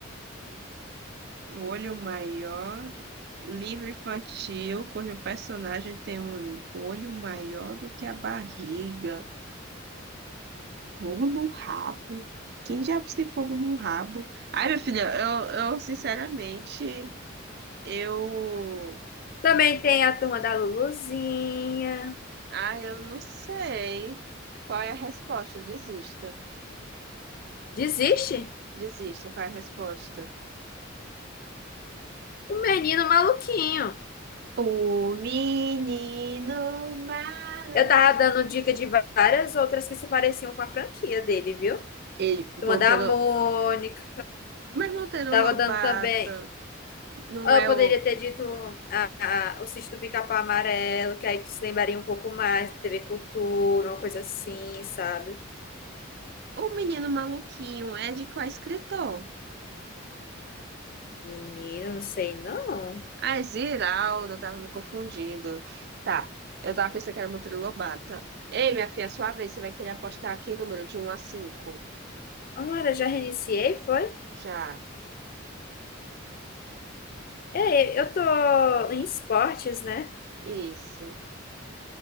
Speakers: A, on the right; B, on the left.
A: O Olho Maior, livro infantil, cujo personagem tem um olho maior do que a barriga. Fogo no rabo. Quem diabos tem fogo no rabo? Ai, minha filha, eu, eu sinceramente, eu.
B: Também tem a turma da Luluzinha.
A: Ah, eu não sei qual é a resposta. Desista.
B: Desiste?
A: Desista, qual é a resposta?
B: Um menino maluquinho.
A: O menino maluco.
B: Eu tava dando dica de várias outras que se pareciam com a franquia dele, viu?
A: Ele, bom,
B: Turma da
A: pelo.
B: Mônica.
A: Mas Monteiro
B: Tava
A: Lobato
B: dando também.
A: não
B: Ah,
A: é
B: Eu poderia
A: o,
B: ter dito a, a- o sítio do Pica-Pau Amarelo, que aí tu se lembraria um pouco mais, TV Cultura, uma coisa assim, sabe?
A: O Menino Maluquinho é de qual escritor?
B: Menina, não sei não.
A: Ah, é Ziraldo, eu tava me confundindo. Tá, eu tava pensando que era Monteiro Lobato. Ei, minha filha, sua vez, você vai querer apostar aqui número de um a cinco.
B: Agora, já reiniciei, foi?
A: Já.
B: É, eu tô em esportes, né?
A: Isso.